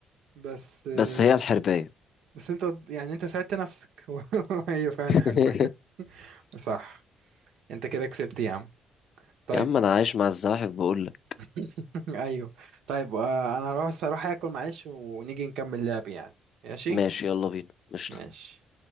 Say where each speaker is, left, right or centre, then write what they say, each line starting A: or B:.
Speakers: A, on the right; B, on the left.
A: بس آه،
B: بس هي الحرباية
A: بس أنت يعني أنت ساعدت نفسك <laughs> هي فعلا
B: <laughs>
A: حلوة <laughs> صح أنت كده كسبت يا عم طيب
B: يا عم أنا عايش مع الزواحف بقول لك
A: <laughs> أيوه طيب آه، أنا هروح بس أروح آكل معلش ونيجي نكمل لعب يعني ماشي
B: ماشي يلا بينا قشطة
A: ماشي